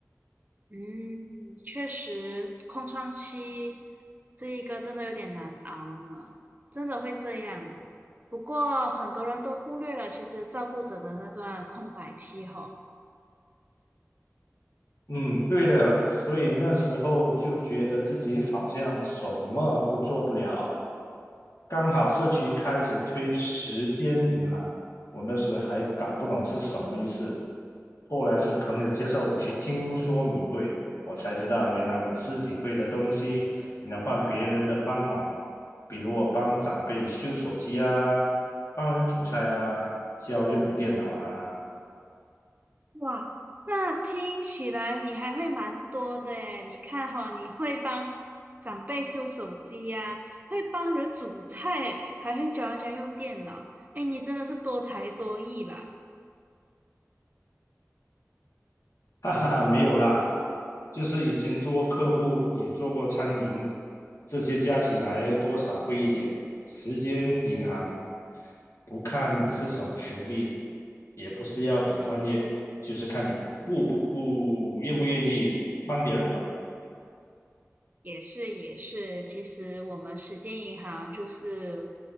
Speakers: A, on the right (about 35°); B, on the left (about 75°).
A: 嗯，确实，空窗期这一个真的有点难熬呢，真的会这样啊。不过很多人都忽略了，其实照顾者的那段空白期吼。
B: 嗯，对的，所以那时候就觉得自己好像什么都做不了。刚好社区开始推时间银行，我那时还搞不懂是什么意思。后来是朋友介绍我去听说明会，我才知道原来我自己会的东西也能换别人的帮忙，比如我帮长辈修手机啊，帮人煮菜啊，教用电脑啊。
A: 哇，那听起来你还会蛮多的诶，你看哈，你会帮长辈修手机呀、会帮人煮菜诶，还会教人家用电脑，诶，你真的是多才多艺啦。
B: <laughs> 哈哈哈，没有啦，就是以前做过客户也做过餐饮，这些加起来多少贵一点。时间银行，不看你是什么学历，也不是要比专业，就是看你顾不顾，愿不愿意帮别人吧。
A: 也是也是，其实我们时间银行就是